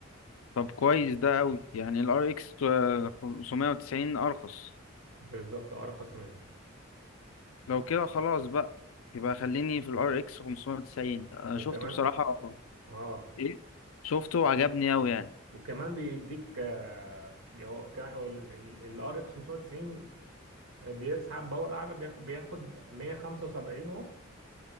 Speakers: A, on the left; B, on the right.
A: طب كويس ده أوي يعني ال RX 590 أرخص
B: بالظبط ارخص منه
A: لو كده خلاص بقى يبقى خليني في الار اكس 590 انا
B: وكمان
A: شفته بصراحة
B: اه
A: ايه شفته عجبني اوي يعني
B: وكمان بيديك آه، هو كمان الار اكس 590 بيسحب باور اعلى بياخد بياخد 175 واط